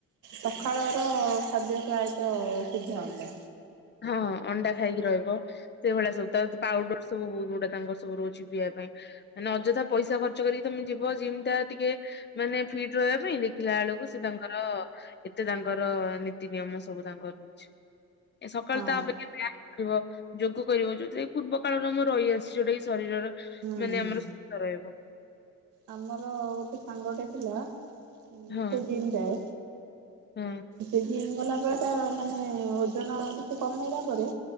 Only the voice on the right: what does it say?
ସକାଳ ର ଖାଦ୍ୟ ପ୍ରାୟତଃ ସିଝା ଅଣ୍ଡା।
ହଁ
ହୁଁ
ହୁଁ
ଆମର ଗୋଟେ ସାଙ୍ଗଟେ ଥିଲା ସେ
ଜିମ୍ ଜାଏ।
ସେ ଜିମ୍ ଗଲା ପରେ ତା ମାନେ ଓଜନ କିଛି କମେଇଲା ପରେ